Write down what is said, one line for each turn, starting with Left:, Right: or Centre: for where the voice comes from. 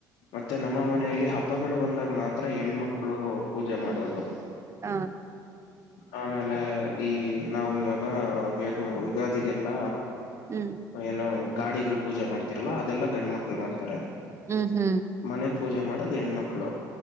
Left: ಮತ್ತೆ ನಮ್ಮ ಮನೆಯಲ್ಲಿ ಹಬ್ಬಗಳು ಬಂದಾಗ ಮಾತ್ರ ಹೆಣ್ಮಕ್ಳು ಪೂಜೆ ಮಾಡೋದು.
Right: ಹ್ಮ್ ಹಾ
Left: ಆಮೇಲೆ ಈ ನಾವು ಇವಾಗ ಏನು ಯುಗಾದಿಗೆಲ್ಲ
Right: ಹ್ಮ
Left: ಏನೋ ಗಾಡಿಗಳು ಪೂಜೆ ಮಾಡ್ತಿರಲ್ಲ ಅದೆಲ್ಲಾ ಗಂಡ್ ಮಕ್ಳು ಮಾಡ್ತಾರೆ.
Right: ಹ್ಮ ಹ್ಮ
Left: ಮನೆಗ್ ಪೂಜೆ ಮಾಡದು ಹೆಣ್ಮಕ್ಳು.